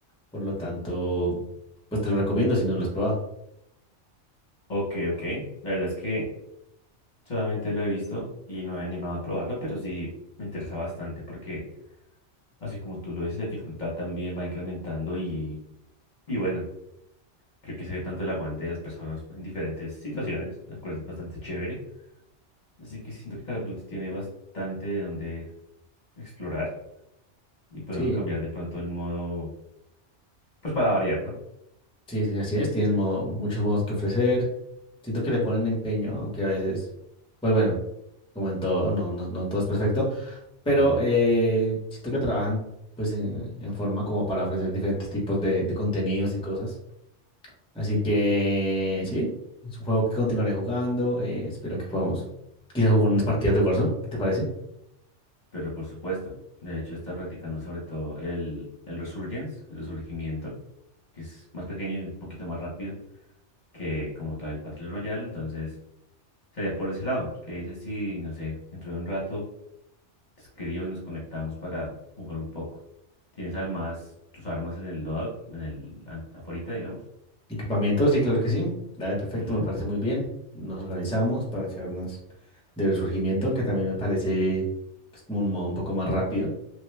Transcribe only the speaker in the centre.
Por lo tanto, pues te lo recomiendo si no lo has probado.
Sí,
sí, sí, así es. Tienen modo- muchos modos que ofrecer. Siento que le ponen empeño, aunque a veces, pues bueno, como en todo, no, no, no todo es perfecto. Pero
eh, siento que trabajan pues en, en forma como para ofrecer diferentes tipos de, de contenidos y cosas. Así que sí, es un juego que continuaré jugando. eh, espero que podamos quizás jugar unas partidas de Warzone. ¿Qué te parece?
Equipamiento, sí, claro que sí. Dale, perfecto,
me parece muy bien. Nos organizamos para charlas de resurgimiento, que también me parece pues, como un modo un poco más rápido.